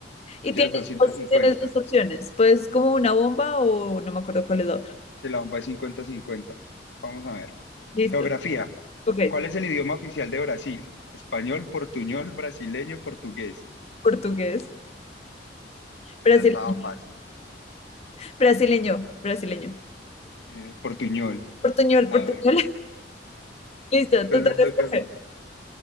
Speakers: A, on the left (about 35°); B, on the left (about 80°).
A: Y
B: Tú llevas
A: tienes
B: doscientas
A: dos,
B: cincuenta
A: tienes dos opciones. Pues como una bomba o no me acuerdo cuál es la otra.
B: Se la bomba es cincuenta cincuenta Vamos a ver.
A: Listo.
B: Geografía.
A: Ok.
B: ¿Cuál es el idioma oficial de Brasil? Español, portuñol, brasileño, portugués.
A: Portugués. Brasileño.
B: Ya estaba fácil.
A: Brasileño. Brasileño.
B: Eh, portuñol.
A: Portuñol,
B: A
A: portuñol.
B: ver,
A: Listo,
B: ¿cuál
A: te toca
B: me toca
A: escoger.
B: a mí?